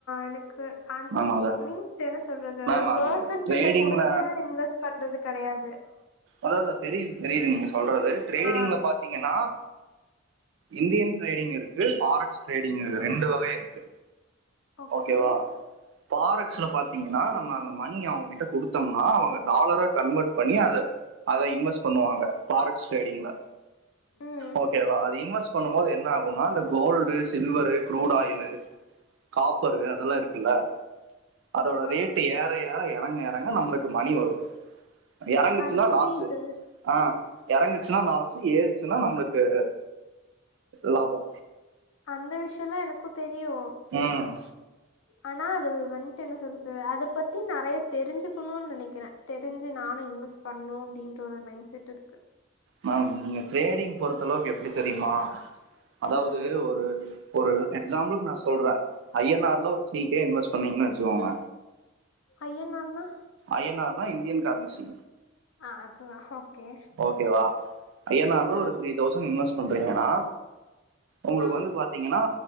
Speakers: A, on the left; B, on the right.
A: எனக்கு அன்
B: மேம் அதை
A: மீன்ஸ் சே என்ன சொல்றது
B: மேம்
A: ஒரு
B: அது
A: பெர்சன்
B: ட்ரேடிங்ல
A: கிட்ட கொடுத்து இன்வெஸ்ட் பண்றது கெடையாது
B: அதாவ்து தெரியு தெரியுது நீங்க சொல்றது டரேடிங்ல
A: ஆ
B: பாத்திங்கன்னா இந்தியன் ட்ரேடிங் இருக்கு ஃபாரெக்ஸ் ட்ரேடிங் ரெண்டு வக இருக்கு
A: ஓகே
B: ஓகேவா பாரக்ஸ்ல பாத்த பாத்த்திங்ன்னா நம்ம அந்த மணி அவுங்க கிட்ட குடுத்தோம்னா அவுங்க டாலரா கன்வெர்ட் பண்ணி அத அத இன்வெஸ்ட் பண்ணுவாங்க பாரக்ஸ்ட் ட்ரேடிங்ல
A: ம்
B: ஓகேவா அது இன்வெஸ்ட் பண்ணும்போது என்ன ஆகுனா இந்த gold silver crude oil
A: <inaudible>
B: copper அதெல்லா இருக்குல்ல அதோட
A: ஆமா
B: ரேட்டு ஏற ஏற எறங்க எறங்க நம்ளுக்கு மணி வரு எறங்குச்சுன்னா
A: அது புரியுது
B: லாஸு அ எறங்குச்சுன்னா லாஸு ஏறுச்சுன்னா நம்ளுக்கு லாபோ
A: அந்த விஷ்யோலா எனக்கு தெரியு
B: ம்
A: ஆனா அது வன்ட்டு என்ன சொல்றது அத பத்தி நறைய தெரிஞ்சு க்குனு நெனைக்கிறே தெரிஞ்சு நானு இன்வெஸ்ட் பண்ணு அப்டின்ற ஒரு மைண்செட் இருக்கு
B: மேம் நீங்க ட்ரேடிங் பொறுத்தளவுக்கு எப்டி தெரியுமா அதாவ்து
A: ம்
B: ஒரு ஒரு எக்ஸாம்பிள்க்கு நா சொல்றே ஐ என் ஆர்ல ஒரு த்ரீ கே இன்வெஸ்ட் பண்வீங்ன்னு வச்சுகோங்க
A: ஐ என் ஆர் ன்னா
B: ஐ என் ஆர் னா இந்தியன் கரன்சி
A: அ அதுவா ஓகே
B: ஓகேவா ஐ என் ஆர்ல
A: ஆ
B: ஒரு த்ரீ தௌசண்ட் இன்வெஸ்ட் பண்றீங்கன்னா உங்களுக்கு
A: ஆ
B: வந்து பாத்தீங்கன்னா